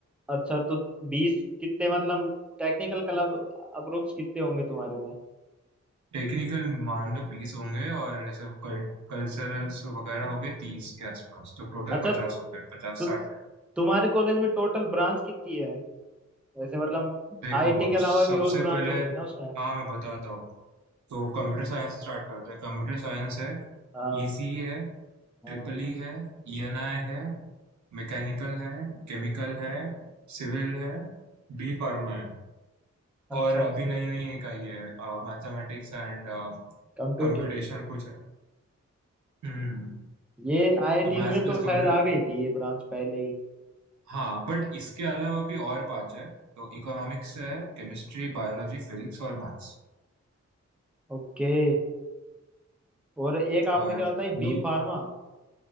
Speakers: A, in the centre; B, on the right.
A: अच्छा तो बीस कितने मतलब टेक्निकल क्लब अप्रोक्स कितने होंगे तुम्हारे में
B: टेक्निकल मान लो बीस होंगे और ऐसे कल, कल्चरल्स वगैरह हो गए तीस के आसपास तो टोटल
A: अच्छा
B: पचास हो गए पचास
A: तो
B: साठ है।
A: तुम्हारे कॉलेज में टोटल ब्रांच कितनी है वैसे मतलब
B: देखो
A: आईटी के अलावा
B: सबसे
A: भी और ब्रांच
B: पहले
A: होंगी ना उसमें
B: हाँ मैं बताता हूँ तो कंप्यूटर साइंस से स्टार्ट करते हैं कंप्यूटर साइंस है
A: हाँ
B: ईसी है
A: हाँ
B: ट्रिपल ई है ईएनआई है मैकेनिकल है केमिकल है सिविल है बी फार्मा है
A: अच्छा
B: और अभी
A: अच्छा
B: नई नई एक आई है मैथमेटिक्स एंड
A: कंप्यूटिंग
B: कंप्यूटेशन कुछ है हम्म
A: ये आईआईटीज
B: तो मैथ्स
A: में
B: प्लस
A: तो शायद
B: कंप्यूटर
A: आ गई थी ये ब्रांच पहले ही
B: हाँ बट इसके अलावा भी और पांच है तो इकोनॉमिक्स है केमिस्ट्री बायोलॉजी फिजिक्स और मैथ्स
A: ओके और एक आपने
B: और
A: क्या बताई
B: लो
A: बी फार्मा